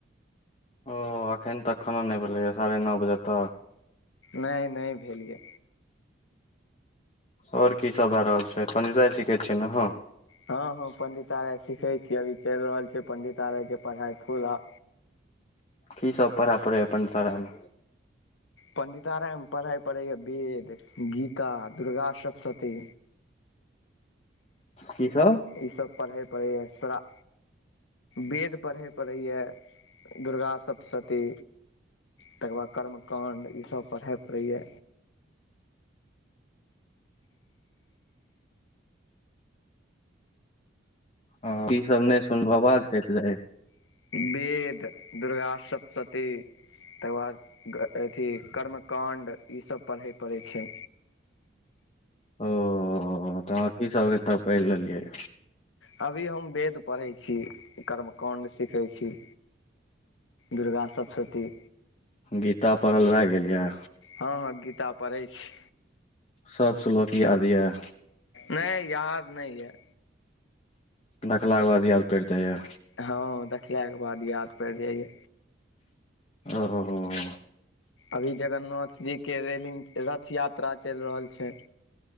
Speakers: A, on the left; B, on the left.
A: ओ अखन तक खाना नहि भेलैए साढ़े न बजे तक।
B: नहि नहि भेल या।
A: और की सब भए रहल छै पंडिताय सीखै छियै ने अहाँ।
B: हँ हँ पंडितारे सिखे छी अभी चलि रहल छै पंडितारे के पढ़ाई पूरा।
A: की सब पढ़य पड़ैया या पंडितारे मे?
B: पण्डितारे मे पढ़ै पड़ैया वेद, गीता, दुर्गा सप्तशती
A: की सब?
B: ई सब पढ़ै परैया श्रा वेद पढ़ै पड़ैया दुर्गा सप्तशती। तकर बाद कर्मकाण्ड ईसभ पढा पड़ैया
A: ओ, की सब नहि सुनलौ आवाज कटि जाय या
B: वेद, दुर्गा सप्तश ती तकर बाद अथी कर्मकाण्ड ई सब पढ़ै पड़ै छै।
A: ओ तऽ अहाँ की सब एत पढ़ि लेलियै।
B: अभी हम वेद पढ़ै छी कर्मकाण्ड सिखे छी। दुर्गा सप्तशती।
A: गीता पढ़ल भए गेल या।
B: हँ हँ गीता पढ़ै छी।
A: सब श्लोक याद येए?
B: नै याद नै येेए।
A: देखलाके बाद याद पैड़ जाइया।
B: हँ देखला के बाद याद पैड़ जाइया।
A: हँ, हँ, हँ, हँ।
B: अभी जगन्नाथ जीके रेलिंग रथ यात्रा चैल रहल छै।